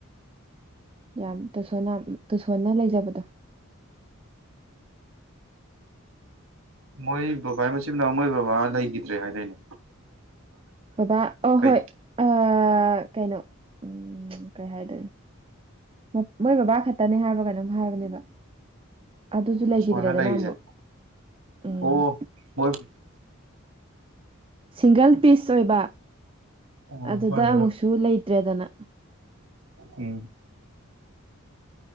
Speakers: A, on the right; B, on the right.
A: ꯌꯥꯝ ꯇꯁꯣꯟꯅ ꯎꯝ ꯇꯨꯁꯣꯟꯅ ꯂꯩꯖꯕꯗꯣ
B: ꯃꯣꯏ ꯕꯕꯥꯏ ꯃꯆꯤꯟꯅꯥꯎ ꯃꯣꯏ ꯕꯕꯥ ꯂꯩꯈꯤꯗ꯭ꯔꯦ ꯍꯥꯏꯗꯣꯏꯅꯦ
A: ꯕꯕꯥ ꯑꯣ
B: ꯀꯩꯅꯣ
A: ꯍꯣꯏ ꯑꯥ ꯀꯩꯅꯣ <unintelligible> ꯀꯩ ꯍꯥꯏꯥꯏꯗꯣꯏꯅ ꯃꯞ ꯃꯣꯏ ꯕꯕꯥ ꯈꯛꯇꯅꯦ ꯍꯥꯏꯕꯔ ꯀꯩꯅꯣꯝ ꯍꯥꯏꯕꯅꯦꯕ ꯑꯗꯨꯁꯨ
B: ꯇꯨꯁꯣꯟꯅ
A: ꯂꯩꯈꯤꯗ꯭ꯔꯦꯗꯅ
B: ꯂꯩꯔꯤꯁꯦ
A: ꯑꯃꯨꯛ ꯎꯝ
B: ꯑꯣ ꯃꯣꯏ
A: ꯁꯤꯡꯒꯜ ꯄꯤꯁ ꯑꯣꯏꯕ
B: ꯑꯣ
A: ꯑꯗꯨꯗ
B: ꯍꯣꯏ ꯍꯣꯏ
A: ꯑꯃꯨꯛꯁꯨ ꯂꯩꯇ꯭ꯔꯦꯗꯅ
B: ꯎꯝ